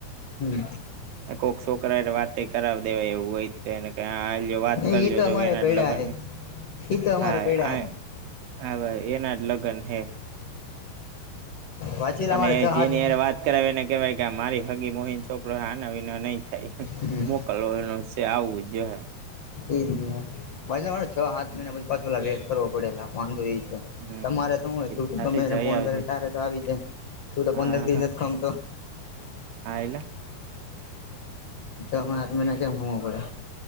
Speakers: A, on the left; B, on the right.
A: હમ
B: કોક શોકરા હારે વાત કરાવ દેવાય એવું હોયને ક આવીજ વાત કરી
A: ઈ
B: લ્યો
A: તો
B: લ્યો
A: અમારે
B: એના
A: પૈડા
B: જ લગન
A: હે ઈ તો અમારે
B: હા
A: પૈડા હે
B: હા ભાઈ એના જ લગ્ન હે.
A: વાંચેલા
B: અને
A: અમારે છ
B: જેની
A: હાથ
B: હારે વાત કરાવીને કેવાય કે આ મારી હગી મોહી છોકરો આના વિનો નહી થાય.
A: હમ
B: કલોલ ન આવું જો હે.
A: એજ નેછરે છ સાત મહિના પછી પાછ ઓલા વેટ કરવો પડેલા વાંધો એ છે.
B: હમ
A: તમારે તો શું હોય તું તો
B: સાથે
A: તમે એને
B: જઈ
A: ફોન
B: આવજે
A: કર ત્યારે તો આવી જાય તું તો
B: હા
A: પંદર દ
B: હા
A: નથી ખમતો
B: હા એલા
A: ઓમાં હાત મહીના કેમ ખમાવા પડે.